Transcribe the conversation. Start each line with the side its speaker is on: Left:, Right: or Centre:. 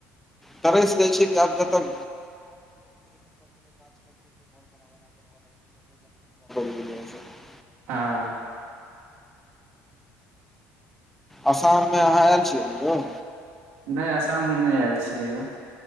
Centre: तरेसँ जाै छै कि आब जतन <unintelligible> <unintelligible>
Right: हँ
Centre: आसाममे अहाँ आयल छियै र यौ
Right: नहि आसाम हम नहि आयल छी कहियो